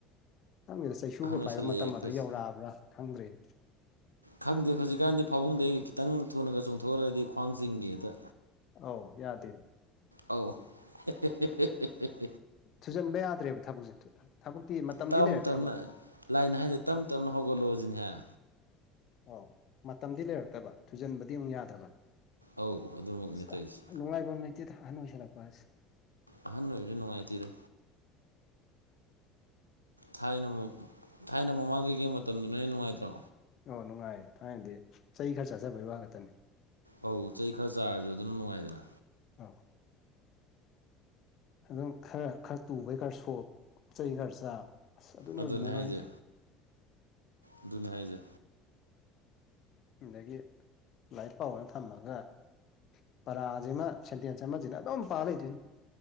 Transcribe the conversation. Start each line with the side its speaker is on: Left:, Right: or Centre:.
Left: ꯈꯪꯗꯦꯗ ꯆꯩꯁꯨꯒ
Right: ꯑꯣꯏꯁꯜꯂꯛꯑꯦ
Left: ꯄꯥꯏꯕ ꯃꯇꯝ
Right: ꯑꯩꯈꯣꯏꯁꯦ
Left: ꯑꯗꯨꯗꯣ ꯌꯧꯔꯛꯑꯕ꯭ꯔꯥ ꯈꯪꯗ꯭ꯔꯦꯅꯦ
Right: ꯈꯪꯗꯦ ꯍꯧꯖꯤꯛꯀꯥꯟꯗꯤ ꯐꯥꯕꯨꯡꯗꯩ ꯈꯤꯇꯪ ꯊꯨꯅꯒ ꯆꯣꯡꯊꯣꯛꯍꯜꯂꯗꯤ ꯈ꯭ꯋꯥꯡ ꯆꯤꯡꯉꯦ ꯍꯦꯛꯇ
Left: ꯑꯧ ꯌꯥꯗꯦ
Right: ꯑꯧ <unintelligible>
Left: ꯊꯨꯖꯤꯟꯕ ꯌꯥꯗ꯭ꯔꯦꯕ ꯊꯕꯛꯁꯦ ꯊꯕꯛꯇꯤ ꯃꯇꯝꯗꯤ
Right: ꯇꯞ
Left: ꯂꯩꯔꯛꯇꯕ
Right: ꯇꯞꯅ ꯂꯥꯏꯅ ꯍꯥꯏꯁꯦ ꯇꯞ ꯇꯞꯅ ꯍꯧꯒꯠꯂꯛꯑꯣꯁꯤꯅꯦꯍꯦ
Left: ꯑꯧ ꯃꯇꯝꯗꯤ ꯂꯩꯔꯛꯇꯕ ꯊꯨꯖꯟꯕꯗꯤ ꯑꯃꯨꯛ ꯌꯥꯗꯕ
Right: ꯑꯧ ꯑꯗꯨꯃꯛꯅꯦ
Left: ꯑꯁ
Right: ꯇꯧꯔꯤꯁꯦ
Left: ꯅꯨꯡꯉꯥꯏꯕꯝ ꯂꯩꯇꯦꯗ ꯑꯍꯟ ꯑꯣꯏꯁꯤꯜꯂꯛꯄ ꯑꯁꯤ
Right: ꯑꯍꯟ ꯑꯣꯏꯕꯁꯤ ꯅꯨꯡꯉꯥꯏꯇ‌ꯦꯗ ꯊꯥꯏꯅꯒꯨꯝ ꯊꯥꯏꯅ ꯃꯃꯥꯡꯉꯩꯒꯤ ꯃꯇꯝꯗꯨꯅ ꯍꯦꯟꯅ ꯅꯨꯡꯉꯥꯏꯇ꯭ꯔꯣ
Left: ꯑꯣ ꯅꯨꯡꯉꯥꯏꯌꯦ ꯊꯥꯏꯅꯗꯤ ꯆꯩ ꯈꯔꯥ ꯆꯖꯕꯩ ꯋꯥ ꯈꯛꯇꯅꯦ
Right: ꯑꯧ ꯆꯩ ꯈꯔ ꯆꯥꯔꯁꯨ ꯑꯗꯨꯅ ꯅꯨꯡꯉꯥꯏꯗꯅ
Left: ꯑꯎ ꯑꯗꯨꯝ ꯈꯔ ꯈꯔ ꯇꯨꯕꯩ ꯈꯔ ꯁꯣꯛ ꯆꯩ ꯈꯔ ꯆꯥ ꯑꯁ ꯑꯗꯨꯅꯕꯨ
Right: ꯑꯗꯨꯅꯦ
Left: ꯅꯨꯡꯉꯥꯏꯗ
Right: ꯍꯥꯏꯁꯦ ꯑꯗꯨꯅꯤꯢ ꯍꯥꯏꯁꯦ
Left: ꯑꯗꯒꯤ ꯂꯥꯏꯔꯤꯛ ꯄꯥꯎ ꯑꯣꯅ ꯊꯝꯃꯒ ꯄꯔꯥꯁꯤꯃ ꯁꯦꯟꯇꯦꯟꯁ ꯑꯃꯁꯤꯅ ꯑꯗꯨꯝ ꯄꯥ ꯂꯩꯗꯣꯏꯅꯤ